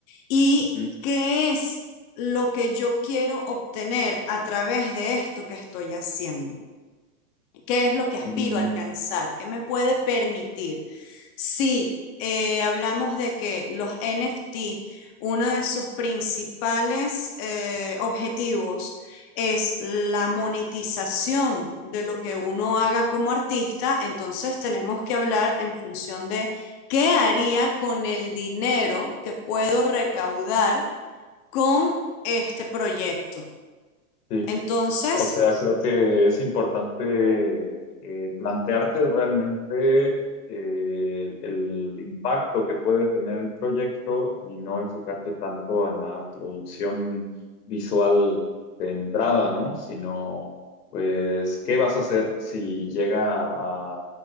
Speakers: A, on the left (about 25°); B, on the left (about 75°).
A: y
B: ujú,
A: qué es lo que yo quiero obtener a través de esto que estoy haciendo qué es lo que aspiro
B: ujú.
A: a alcanzar, qué me puede permitir. Si eh, hablamos de que los NFT, uno de sus principales eh, objetivos es la monetización de lo que uno haga como artista, entonces tenemos que hablar en función de qué haría con el dinero que puedo recaudar con este proyecto.
B: Sí.
A: Entonces,
B: O sea, creo que es importante eh, plantearte realmente eh, el impacto que puede tener el proyecto y no enfocarte tanto en la producción visual de entrada, ¿no? Sino, pues, ¿qué vas a hacer si llega a,